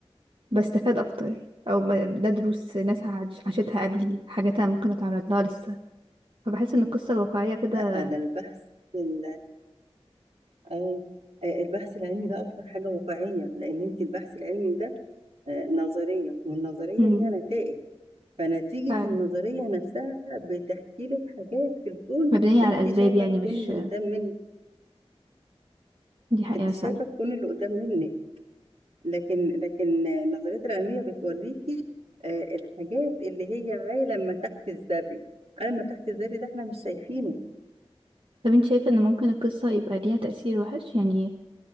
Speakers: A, on the right; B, on the right.
A: بستفاد اكتر او ب... ده دروس ناس عاش- عاشتها قبلي حاجات انا ممكن اتعرض لها لسه فبحس ان القصة الواقعية كده
B: لا ده البحث ال- اه آه، البحث العلمي ده اكتر حاجة واقعية لان انت البحث العلمي ده آه، نظرية والنظرية
A: امم
B: ليها نتائج فنتيجة
A: فعلا
B: النظرية نفسها بتحكي لك حاجات في الكون
A: مبنية على
B: انت
A: اسباب
B: شايفة
A: يعني
B: الكون
A: مش
B: اللي قدام من
A: دي حقيقة
B: انت
A: فعلا
B: شايفة الكون اللي قدام منك لكن لكن النظريات العلمية بتوريكي آه، الحاجات اللي هي عالم ما تحت الذري عالم ما تحت الذري ده احنا مش شايفينه
A: طب انت شايفة ان ممكن القصة يبقى ليها تأثير وحش يعني